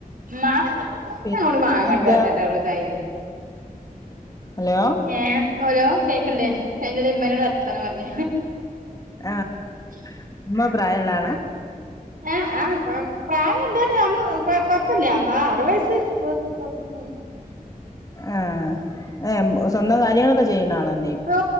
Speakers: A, on the right (about 70°); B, on the left (about 25°).
A: മാ ഞാൻ
B: പിന്നെന്താ
A: നിങ്ങളോട് മാങ്ങണ്ട് പറഞ്ഞിട്ട് അവടെദായീലെ
B: ഹലോ
A: ഏഹ് ഹെലോ കേക്കണില്ലേ അയ്‌ന്റെ എടീൽ മ്മനോട് വർത്തന പറഞ്ഞ
B: ആഹ്
A: <unintelligible>
B: ഉമ്മ പ്രായള്ള <inaudible>
A: ആഹ് പ്രായ ഇണ്ടമ്മ കൊഴപ്പമില്ല ആഹ് അറുപത് വയസ്സ് കൊ ഉം ഉം
B: ആഹ് ഏഹ് സ്വന്തം കാര്യങ്ങളൊക്കെ ചെയ്യുന്ന ആളന്നെ
A: ഓ